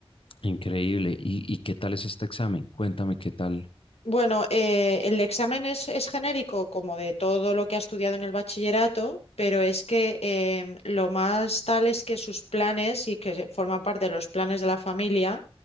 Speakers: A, on the left; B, on the left.
A: increíble. ¿Y, y qué tal es este examen? Cuéntame qué tal.
B: Bueno, eh, el examen es, es genérico como de todo lo que ha estudiado en el bachillerato, pero es que em, lo más tal es que sus planes y que forma parte de los planes de la familia